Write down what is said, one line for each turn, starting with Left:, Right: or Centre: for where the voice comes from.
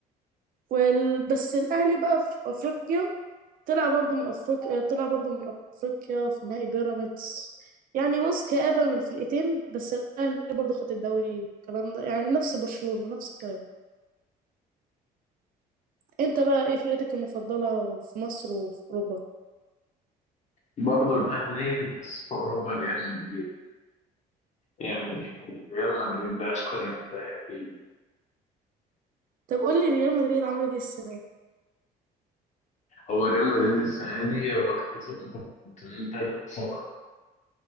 Right: وال... بس الاهلي بقى في افريقيا طلع برضو من افريقيا طلع برضو من افريقيا في نهائي بيراميدز يعني بص كآبة من الفرقتين بس الاهلي برضو خد الدوري والكلام ده يعني نفس برشلونة نفس الكلام انت بقى ايه فرقتك المفضلة في مصر وفي اوروبا
Left: برضه الأهلي بس فوق ربع ريال مدريد يعني ريال مدريد ده أشكر يعني ده أكيد
Right: طب قول لي ريال مدريد عملت ايه السنة دي
Left: هو ريال مدريد السنة دي هو واخد كأس الانتركونتيننتال فقط